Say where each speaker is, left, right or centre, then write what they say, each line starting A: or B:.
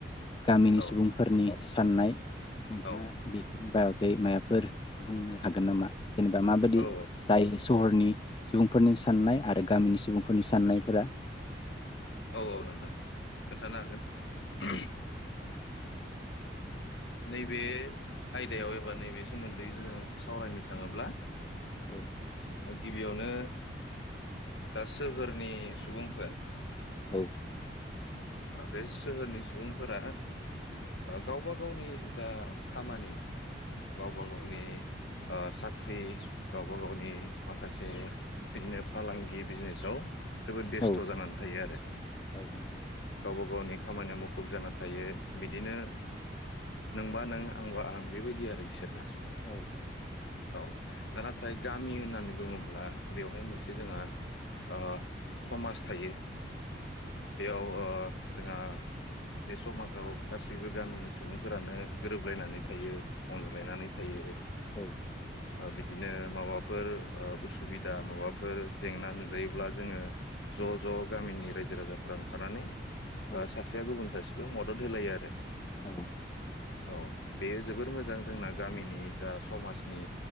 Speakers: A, on the left (about 25°); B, on the left (about 75°).
A: गामिनि
B: औ
A: सुबुंफोरनि साननाय नोंथाङा
B: औ
A: बेफोरनि बागै माबाफोर बुंनो हागोन नामा जेनेबा माबाददि
B: औ
A: जायो सहरनि सुबुंफोरनि साननाय आरो गामिनि सुबुं आखुनि साननायफोरा
B: औ औ नोंथां खोन्थानो हागोन
A: औ
B: <inaudible> नैबे आयदायाव एबा नैबे सोमोन्दै जोङो सावरायनो थाङोब्ला
A: औ
B: गिबियावनो दा सोहोरनि सुबुंफोर
A: औ
B: दा बे सोहोरनि सुबुंफोरा गावबा गावनि जा खामानि गावबा गावनि साख्रि गावबा गावनि माखासे बिदिनो फालांगि बिजनेसाव जोबोद बेस्थ'
A: औ
B: जानानै थायो आरो
A: औ नोंथां
B: गावबा गाव गवनि खामानियाव मुखुब जाना थायो बिदिनो नोंबा नों आंबा आं बेबायदि आरो बिसोरना
A: औ
B: औ दा नाथाय गामि होननानै बुङोब्ला बेवहाय मोनसे जोंहा ओ समाज थायो बेयाव ओ जोंहा बे समाजाव गासैबो गामिनि सुबुंफोरानो गोरोबलायनानै थायो अनज्लायनानै थायो
A: औ
B: ओ बिदिनो माबाफोर ओ उसुबिदा माबाफोर जेंना नुजायोब्ला जोङो ज' ज' गामिनि रायजो राजाफ्रा ओंखारनानै ओ
A: औ
B: सासेया गुबुन सास खौ मदद होलायो आ रो
A: औ
B: औ बेयो जोबोर मोजां जोंना गामिनि जा समाजनि